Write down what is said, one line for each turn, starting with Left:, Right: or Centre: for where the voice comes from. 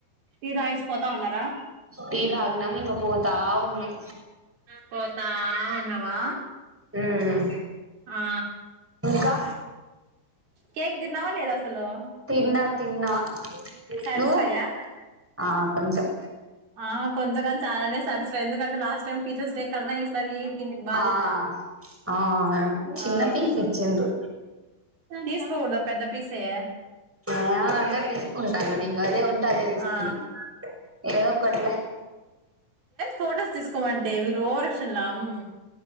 Right: టీ తాగేసి పోతా ఉన్నారా
Centre: టీ తగ్గినం ఇంగ పోతా ఉన్నం
Right: పోతా ఉన్నవా
Centre: ఉమ్
Right: ఆ
Centre: క్కా
Right: కేక్ తిన్నావా లేదా అస్సలు
Centre: తిన్నా తిన్నా
Right: సాటిస్ఫైయా
Centre: నువ్వు ఆ కొంచెం
Right: ఆ కొంచం కొంచం అలానే సాటిస్ఫా ఎందుకంటే లాస్ట్ టైమ్ టీచర్స్ డే కన్నా ఈసారి దీనికి బా
Centre: ఆ
Right: తిన్న
Centre: ఆ చిన్న
Right: ఆ
Centre: పీస్ ఇచ్చిండ్రు
Right: తీసుకోకోడా పెద్ద పీసే
Centre: ఆ అన్న తీస్ కుంటాను ఇంగ అదే ఉంటే అదే తీసుకున్న
Right: ఆ
Centre: ఏదో ఒకట్లే
Right: ఫోటోస్ తీస్కోమంటే వీళ్ళ ఓవర్షన్లా అమ్